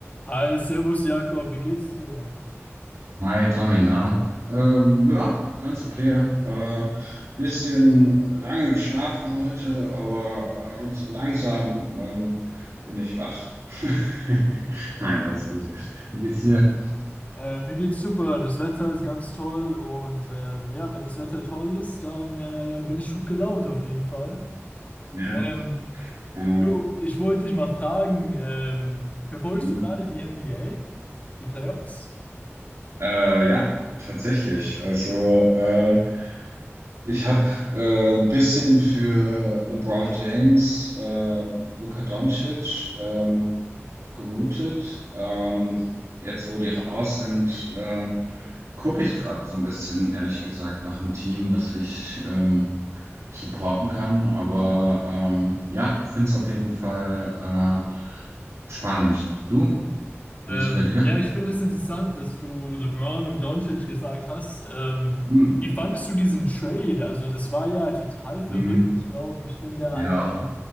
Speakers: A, on the left; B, on the right.
A: Hi, Servus Jakob, wie geht's dir?
B: Hi Tommy, na? Ähm, ja, ganz okay. Äh, bisschen lange geschlafen heute, aber äh, so langsam ähm, bin ich wach. <laughs> Nein,
A: Das
B: alles
A: ist schon
B: gut.
A: gut.
B: Wie geht's dir?
A: Äh, mir geht's super, das Wetter ist ganz toll und ähm, ja, wenn das Wetter toll ist, dann äh, bin ich gut gelaunt auf jeden Fall.
B: Ja,
A: Ähm,
B: aber,
A: du, ich wollte dich mal fragen, ähm, verfolgst
B: hm.
A: du gerade die NBA, die Playoffs?
B: Äh, ja, tatsächlich. Also äh, Ich habe äh, ein bisschen für LeBron James äh, und Luka Doncic ähm, geroutet. Ähm, jetzt, wo die raus sind, äh, gucke ich gerade so ein bisschen, ehrlich gesagt, nach einem Team, was ich ähm, supporten kann. Aber ähm, ja, finde es auf jeden Fall äh, spannend. Du, wie
A: Ähm,
B: ist bei dir?
A: ja, ich finde es interessant, dass du LeBron und Doncic gesagt hast. Ähm,
B: Hm.
A: wie fandest du diesen Trade? Also, das war ja total verrückt.
B: Hm.
A: Ich glaube, ich bin da
B: Ja.
A: einfach